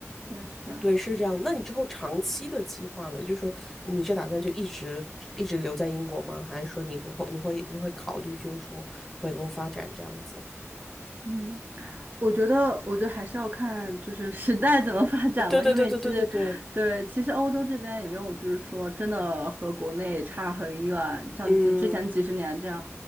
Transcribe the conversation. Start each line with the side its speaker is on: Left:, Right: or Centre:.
Right: 对，是这样。
Centre: 对，是这样。那你之后长期的计划呢？就是说，你是打算就一直一直留在英国吗？还是说你会你会你会考虑就是说回国发展这样子？
Right: 嗯。我觉得，我觉得还是要看就是时代怎么发展吧，
Centre: 呃对对对对对对对，
Right: 因为其实，对，其实欧洲这边也没有，就是说真的和国内差很远，像之之前几十年这样。
Centre: 嗯，